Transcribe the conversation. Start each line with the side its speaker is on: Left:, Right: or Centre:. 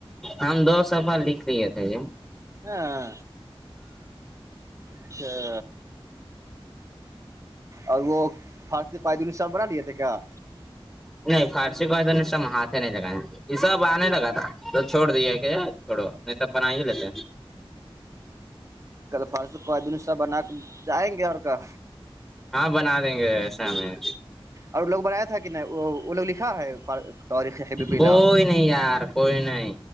Centre: ہم دو سفا لکھ لیے تھے یہ
Right: ہاں اچھا اور وہ فارسی قائدین سب بنا لیے تھے کیا
Centre: نہیں فارسی کو تو ہم ہاتھ نہیں لگائے یہ سب آنے لگا تھا تو چھوڑ دییے کہ چوڑو نہیں تب بنا ہی لیتے
Right: کل فرسو کوہ بنا کے جائیں گے اور کا
Centre: ہاں بنا دیں گے ایسے ہم میں
Right: اور لوگ بنایا تھا کہ نہیں وہ لوگ لکھا ہے تاریخ حبیب اللہ
Centre: کوئی نہیں یار کوئی نہیں